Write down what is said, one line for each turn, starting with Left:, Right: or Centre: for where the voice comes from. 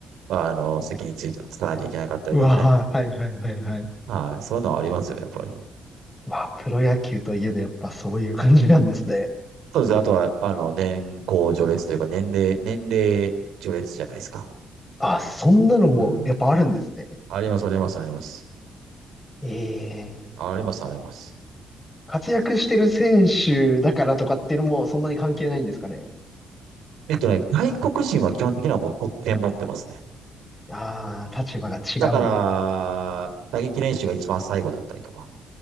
Right: あの、席についた、つかなきゃいけなかったりとかね。
Left: うわー、はいはいはいはい。
Right: はい、そういうのはありますよ、やっぱり。
Left: わあ、プロ野球といえどやっぱそういう感じなんですね。
Right: そうですね。あとは、あの、年功序列というか、年齢、年齢序列じゃないですか。
Left: あ、そんなのもやっぱあるんですね。
Right: うん。あります、あります、あります。
Left: ええ。
Right: あります、あります。
Left: 活躍してる選手だからとかっていうのもそんなに関係ないんですかね。
Right: えっとね、外国人は基本的にはもう特権持ってますね。
Left: ああ、立場が違うんです。
Right: だから、打撃練習が一番最後だったりとか。